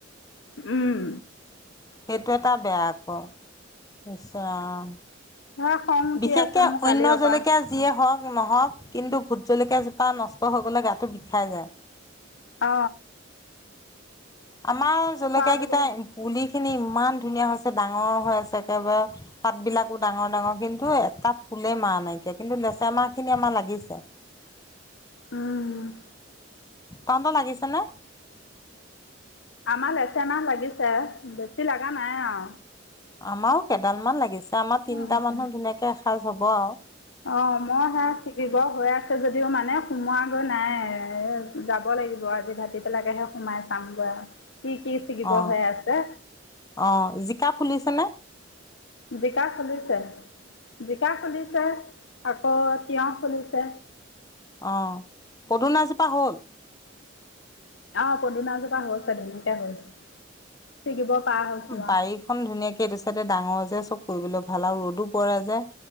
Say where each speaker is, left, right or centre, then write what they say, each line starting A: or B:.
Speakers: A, on the left; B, on the left.
A: উম,
B: সেইটো এটা বেয়া আকৌ। নিশ্চয় অ,
A: সেয়া খং উঠি
B: বিশেষকে
A: আছে মোৰ
B: অন্য
A: কালিৰ
B: জলকীয়া
A: পৰা
B: যিয়ে হওঁক-নহওঁক, কিন্তু ভোট জলকীয়া জোপা নষ্ট হৈ গ'লে গাটো বিষাই যায়।
A: অ,
B: আমাৰ জলকীয়া
A: খোৱা
B: কেইটাৰ,
A: বুলি
B: পুলি খিনি ইমান ধুনীয়া হৈছে। ডাঙৰ হৈ আছে একেবাৰে। পাত বিলাকো ডাঙৰ ডাঙৰ, কিন্তু এটা ফুলে মাহ নাইকিয়া, কিন্তু লেচেৰা মাহ খিনি আমাৰ লাগিছে।
A: উম,
B: তহঁতৰ লাগিছে নে?
A: আমাৰ লেচেৰা মাহ লাগিছে। বেছি লাগা নাই আও।
B: আমাৰো কেইডাল মান লাগিছে। আমাৰ
A: আৰু
B: তিনিটা মানুহ ধুনীয়াকে এসাজ হ'ব আও।
A: অ, মই সেয়া ছিগি বৰ হৈ আছে যদিও মানে সোমোৱা গৈ নাই। যাব লাগিব আজি ভাতি বেলাকেহে সোমাই চাম গৈ আও, কি কি ছিগিব
B: অ
A: হৈ আছে।
B: অ, জিকা ফুলিছে নে?
A: জিকা ফুলিছে। জিকা ফুলিছে, আকৌ তিয়ঁহ ফুলিছে।
B: অ, পদুনাজোপা হ'ল?
A: অ পদুনাজোপা হৈছে, ধুনীয়াকে হৈছে। ছিগিব পৰা হৈছোঁ
B: বাৰীখন ধুনীয়াকে এইটো চাইডে ডাঙৰ যে, চব কৰিবলে ভাল আৰু ৰ'দো পৰে যে।